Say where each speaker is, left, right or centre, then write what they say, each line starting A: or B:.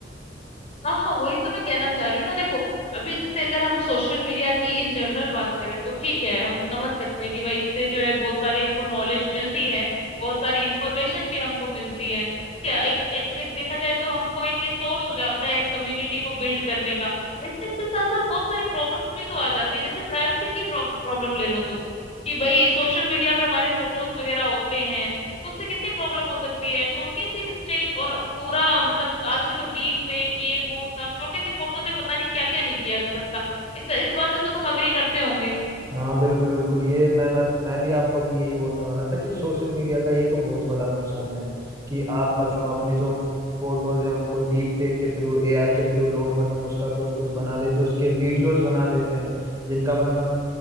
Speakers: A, on the left; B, on the right.
A: हाँ हाँ वही तो मैं कहना चाह रही हूँ ना देखो अभी जैसे अगर हम सोशल मीडिया की इन जनरल बात करें तो ठीक है हम समझ सकते हैं कि भाई इससे जो है बहुत सारी हमको नॉलेज मिलती है बहुत सारी इंफॉर्मेशन भी हमको मिलती है क्या एक एक देख, देखा जाए तो हमको एक ये सोर्स हो जाता है एक कम्युनिटी को बिल्ड करने का लेकिन इसके साथ साथ बहुत सारी प्रॉब्लम्स भी तो आ जाती है जैसे प्राइवेसी की प्रॉब्लम ले लो तुम कि भाई सोशल मीडिया पे हमारे फोटोज वगैरह होते हैं तो उससे कितनी प्रॉब्लम हो सकती है छोटी सी मिस्टेक और पूरा मतलब आजकल तो डीप फेक ये वो सब छोटी सी फोटो से पता नहीं क्या क्या नहीं किया जा सकता इस इस बात से तो तुम अग्री करते होंगे
B: हाँ बिल्कुल बिल्कुल ये मैं मैं मैं भी आपको भी यही बोलने वाला था कि सोशल मीडिया का ये तो बहुत बड़ा नुकसान है कि आप मतलब अपने जो फोटोज हैं उनको डीप फेक के थ्रू एआई के थ्रू लोग मतलब उसका कुछ कुछ बना देते हैं उसके वीडियोस बना देते हैं जिनका मतलब